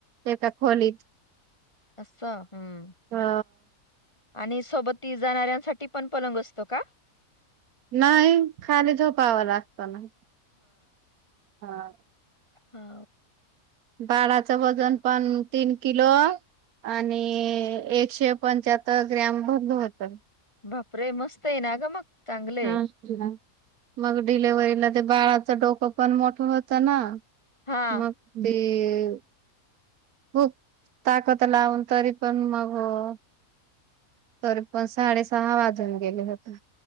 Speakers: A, on the right (about 80°); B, on the left (about 20°).
A: एका खोलीत.
B: असं हं.
A: हा
B: आणि सोबत ती जाणाऱ्यांसाठी पण पलंग असतो का?
A: नाही खाली झोपावं लागतं हा.
B: हा
A: बाळाचं वजन पण तीन किलो आणि एकशे पंचाहत्तर ग्रॅम भरलं होतं.
B: बाप रे! मस्त य ना ग मग चांगलं आहे.
A: हा <unintelligible> मग डिलिव्हरला ते बाळाचं डोकं पण मोठं होतं ना
B: हां,
A: मग डेव खूप ताकत लावून तरी पण मग हो तर पण साडेसहा वाजून गेले होते.